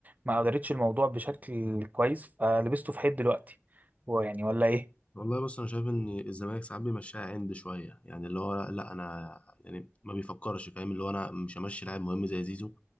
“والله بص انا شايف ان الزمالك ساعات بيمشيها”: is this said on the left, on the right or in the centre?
Left